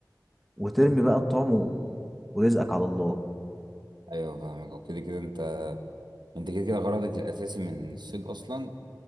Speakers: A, in the centre; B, on the right.
A: وترمي بقى الطعم و- ورزقك على الله
B: أيوه فاهمك وكده كده أنت أنت كده كده غرضك الأساسي من الصيد أصلا